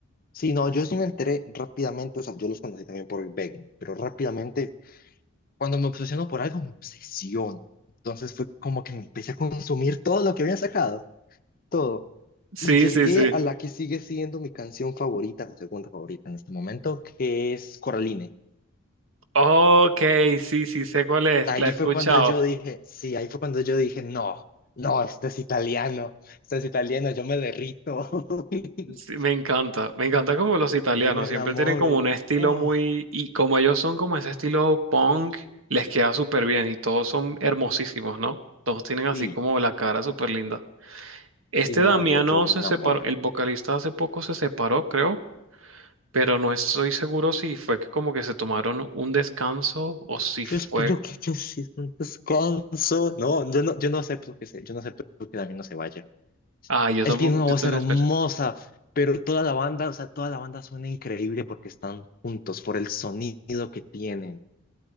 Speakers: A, on the left (about 45°); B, on the right (about 70°).
A: Sí, no, yo sí me enteré rápidamente, o sea, yo los conocí también por Begging, pero rápidamente, cuando me obsesiono por algo, me obsesiono. Entonces fue como que me empecé a consumir todo lo que habían sacado, todo.
B: Sí,
A: Y llegué
B: sí, sí.
A: a la que sigue siendo mi canción favorita o segunda favorita en este momento, que es Coraline.
B: Ok, sí, sí, sé cuál es,
A: Ahí
B: la he escuchado.
A: fue cuando yo dije, sí, ahí fue cuando yo dije, no, no, este es italiano, este es italiano, yo me derrito, <laughs>
B: Sí, me encanta, me encanta como los italianos
A: yo me
B: siempre
A: enamoro.
B: tienen como un estilo
A: Oh,
B: muy, y como ellos son como ese estilo punk, les queda súper bien y todos son hermosísimos, ¿no? Todos tienen así
A: sí,
B: como la cara súper linda. Este
A: sí, no,
B: Damiano
A: yo, yo me
B: se
A: enamoré.
B: separó, el vocalista hace poco se separó, creo, pero no estoy seguro si fue que como que se tomaron un descanso o si fue...
A: Yo espero que haya sido un descanso. No, yo no, yo no acepto que se, yo no acepto que David no se vaya.
B: Ah, yo
A: Él
B: tampoco,
A: tiene una voz
B: yo también
A: hermosa,
B: espero.
A: pero toda la banda, o sea, toda la banda suena increíble porque están juntos por el sonido que tienen.